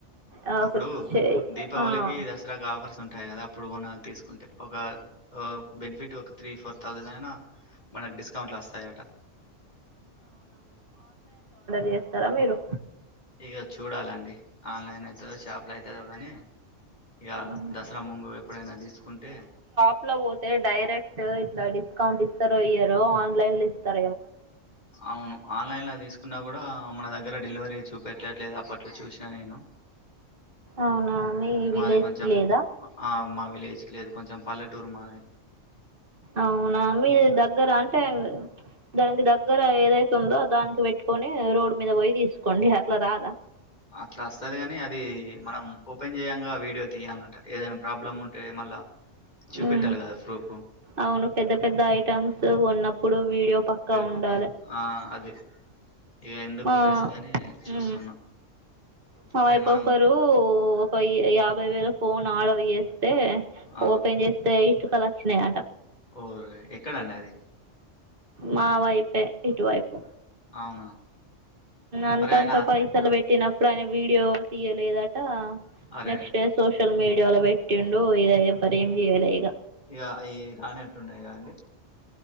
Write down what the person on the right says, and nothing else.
ఆ,
ఒక చే-
ఆ,
చేస్తరా మీరు
మ్మ్.
ఇట్ల పోతే డైరెక్ట్ ఇట్లా డిస్కౌంట్ ఇస్తారు ఇయ్యరో ఆన్లైన్ లో ఇస్తారు
అవునా మీ విలేజ్కి
లేదా
అవున మీ దగ్గర అంటే దానికి దగ్గర దగ్గర ఏదైతుందో దానికి పెట్టుకొని రోడ్డు మీద పోయి తీసుకోండి అట్ల రాద
ఊహు
అవును పెద్ద పెద్ద ఐటమ్స్ సో ఉన్నప్పుడు వీడియో పక్కా ఉండాలె
మా
ఉ మా
వైపు
ఒక్కరు ఒక యాభై వేల ఫోన్ ఆడర్ చేసి ే
ఓపెన్ చేస్తే ఇటుకలు వచ్చినాయి అంట
మా వైపె ఇటు వైపు
అంతంత
పైసలు పెట్టిన ఇప్పుడు ఆయన వీడియో తీయలేదట
నెక్స్ట్ డే సోషల్ సోషల్ మీడియాలో పెట్టిండు ఇది ఎవరు ఏం చేయ్యలె ఇక